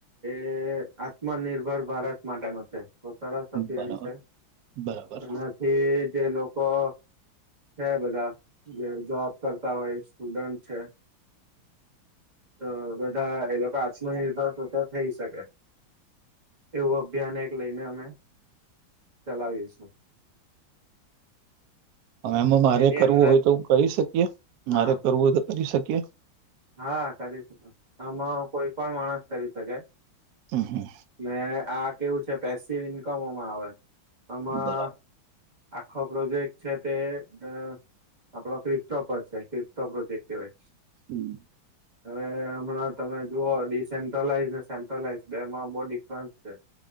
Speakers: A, on the right; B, on the right.
A: એ આત્મનિર્ભર ભારત માટે નો છે. બહુ સરસ અતૈયારી
B: બરાબર
A: છે,
B: બરાબર
A: એનાથી જે લોકો છે બધા જે જોબ કરતા હોય સ્ટુડન્ટ છે તો બધા એ લોકો આત્મનિર્ભર પોતે થઈ શકે. એવું અભિયાન એક લઈને અમે ચલાવીશું.
B: અહ એમાં મારે
A: એની
B: કરવું
A: અંદર
B: હોય તો કરી શકીએ,
A: હા
B: મારે કરવું હોય તો કરી શકીએ?
A: હા કરી શકો, આમાં કોઈ પણ માણસ કરી શકે.
B: હમ્મ, હમ્મ.
A: ને આ કેવું છે પેસી ઇન્કમ મોમાં આવે. આમાં
B: બરાબર
A: આખો પ્રોજેક્ટ છે તે અહ આપડો ક્રિપટોપ પર છે, ક્રિપટોપ પ્રોજેક્ટ કહેવાય.
B: હમ્મ.
A: હવે હમણાં તમે જુઓ ડિસેન્ટ્રલાઈઝ સેન્ટ્રલાઈઝ બેમાં બો ડિફરન્સ છે.